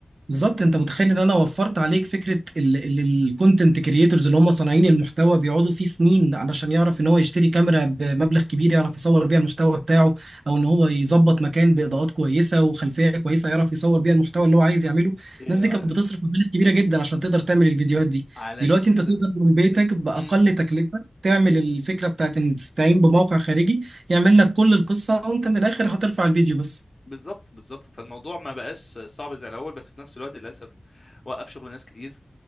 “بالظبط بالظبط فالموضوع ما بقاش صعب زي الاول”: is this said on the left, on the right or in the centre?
Left